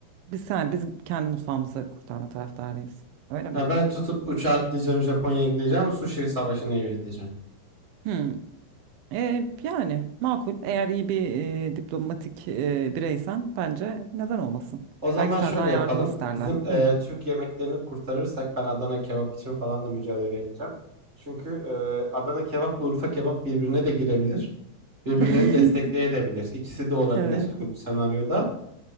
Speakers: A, on the right; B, on the right.
A: Biz sen bizim kendi mutfağımızı kurtarma taraftarıyız. Öyle mi?
B: Ya ben tutup uçağa atlayacağım Japonya'ya gideceğim sushi savaşını yöneteceğim.
A: Hı. E, yani makul. Eğer iyi bir e, diplomatik e, bireysen bence neden olmasın?
B: O zaman
A: Belki senden
B: şöyle yapalım.
A: yardım isterler.
B: Bizim e,
A: Hı.
B: Türk yemeklerini kurtarırsak ben Adana kebap için falan da mücadele edeceğim. Çünkü e, Adana kebapla Urfa kebap birbirine de girebilir. Birbirlerini
A: <laughs>
B: destekleyebilir. İkisi de olabilir
A: Evet.
B: hani bu senaryoda.